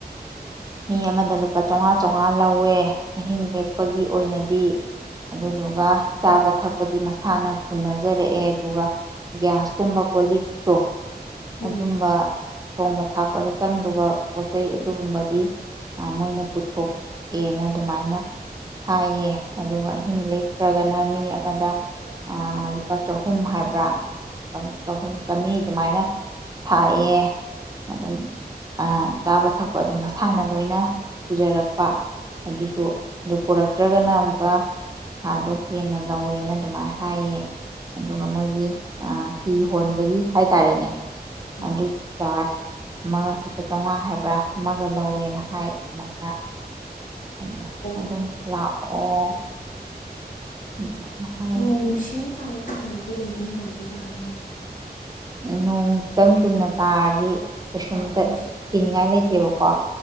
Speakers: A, on the right; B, on the left.
A: ꯃꯤ ꯑꯃꯗ ꯂꯨꯄꯥ ꯆꯥꯝꯃꯉꯥ ꯆꯥꯝꯃꯉꯥ ꯂꯧꯋꯦ ꯑꯍꯤꯡ ꯂꯦꯛꯄꯒꯤ ꯑꯣꯏꯅꯗꯤ ꯑꯗꯨꯗꯨꯒ ꯆꯥꯕ ꯊꯛꯄꯗꯤ ꯃꯁꯥꯅ ꯄꯨꯅꯖꯔꯛꯑꯦ ꯑꯗꯨꯒ ꯒ꯭ꯌꯥꯁꯀꯨꯝꯕ ꯀꯣ ꯂꯤꯛꯇꯣ
B: ꯎꯝ
A: ꯑꯗꯨꯝꯕ ꯊꯣꯡꯕ ꯊꯥꯛꯄꯗ ꯆꯪꯗꯧꯕ ꯄꯣꯠ ꯆꯩꯩ ꯑꯗꯨꯒꯨꯝꯕꯗꯤ ꯃꯣꯏꯅ ꯄꯨꯊꯣꯛꯑꯦꯅ ꯑꯗꯨꯃꯥꯏꯅ ꯍꯥꯏꯌꯦ ꯑꯗꯨꯒ ꯑꯍꯤꯡ ꯂꯦꯛꯇ꯭ꯔꯒꯅ ꯃꯤ ꯑꯃꯗ ꯂꯨꯄꯥ ꯆꯍꯨꯝ ꯍꯥꯏꯕ꯭ꯔꯥ ꯆꯍꯨꯝ ꯆꯥꯝꯃꯔꯤ ꯑꯗꯨꯃꯥꯏꯅ ꯁꯥꯏꯑꯦ ꯑꯗꯨꯝ ꯆꯥꯕ ꯊꯛꯄ ꯑꯗꯨꯝ ꯃꯁꯥꯅ ꯂꯣꯏꯅ ꯄꯨꯖꯔꯛꯄ ꯑꯗꯨꯁꯨ ꯑꯗꯨ ꯄꯨꯔꯛ ꯅꯠꯇ꯭ꯔꯒꯅ ꯑꯃꯨꯛꯀ ꯄꯩꯁꯥꯗꯣ ꯍꯦꯟꯅ ꯂꯧꯋꯦꯅ ꯑꯗꯨꯃꯥꯏꯅ ꯍꯥꯏꯌꯦ ꯑꯗꯨꯒ ꯃꯣꯏꯒꯤ ꯍꯤ ꯍꯣꯟꯕꯒꯤ ꯍꯥꯏꯇꯥꯔꯦꯅꯦ
B: ꯎꯝ
A: ꯑꯗꯨ ꯆꯥꯔꯖ ꯑꯃ ꯂꯨꯄꯥ ꯆꯥꯝꯃꯉꯥ ꯍꯥꯏꯕ ꯕ꯭ꯔꯥ ꯑꯃꯒ ꯂꯧꯋꯦꯅ ꯍꯥꯏ ꯑꯗꯨꯃꯥꯏꯅ ꯑꯗꯣ
B: ꯑꯣ
A: ꯑꯗꯨꯝ ꯂꯥꯛꯑꯣ ꯑꯗꯨꯃꯥꯏꯅ ꯍꯥꯏ
B: ꯅꯣꯡꯁꯤꯡ ꯇꯥꯕ ꯃꯇꯝꯗꯗꯤ ꯗꯤ ꯂꯩꯕ ꯅꯨꯡꯉꯥꯏꯗꯣꯏ ꯖꯥꯔꯣ ꯃꯣꯏꯗꯨꯕꯣ
A: ꯅꯣꯡꯇꯪ
B: ꯍꯥꯏꯗꯤ
A: ꯆꯨꯝꯅ ꯇꯥꯔꯗꯤ ꯀꯩꯁꯨꯝꯇ
B: ꯐꯕ ꯅꯨꯡꯁꯤꯠ
A: ꯀꯤꯅꯤꯡꯉꯥꯏ
B: ꯍꯣꯏ
A: ꯂꯩꯇꯦꯕꯀꯣ